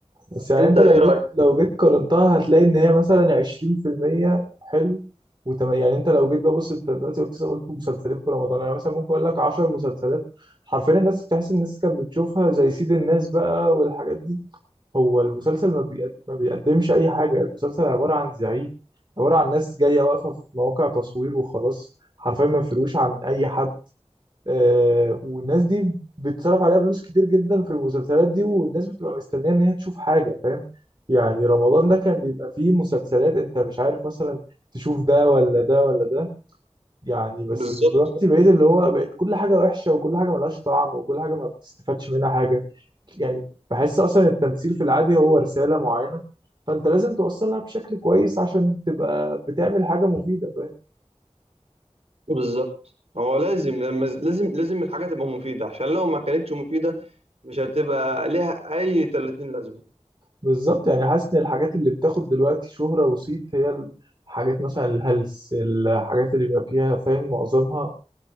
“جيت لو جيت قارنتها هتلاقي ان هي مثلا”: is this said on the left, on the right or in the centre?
Right